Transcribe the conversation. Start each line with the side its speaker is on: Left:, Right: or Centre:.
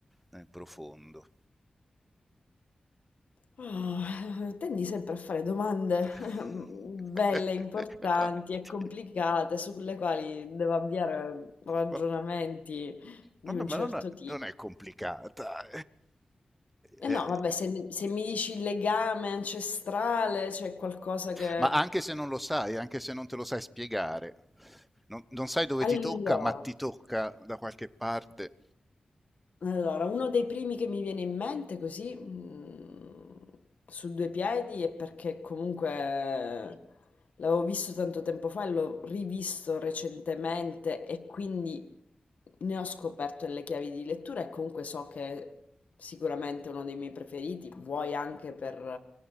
Centre: nel profondo.
Left: Ah, tendi sempre a fare domande
Centre: <laughs>
Left: <laughs> belle, importanti e complicate sulle quali devo avviare ragionamenti
Centre: Ma-
Left: di
Centre: Vabbè,
Left: un
Centre: ma
Left: certo
Centre: non è,
Left: tipo.
Centre: non è complicata.
Left: E
Centre: Eh,
Left: no, vabbè, se, se mi dici il legame ancestrale, c'è qualcosa che...
Centre: ma anche se non lo sai, anche se non te lo sai spiegare, non, non sai dove ti
Left: Allora,
Centre: tocca, ma ti tocca da qualche parte
Left: allora, uno dei primi che mi viene in mente così, mm, su due piedi, è perché comunque L'avevo visto tanto tempo fa e l'ho rivisto recentemente e quindi ne ho scoperto le chiavi di lettura e comunque so che è sicuramente uno dei miei preferiti, vuoi anche per,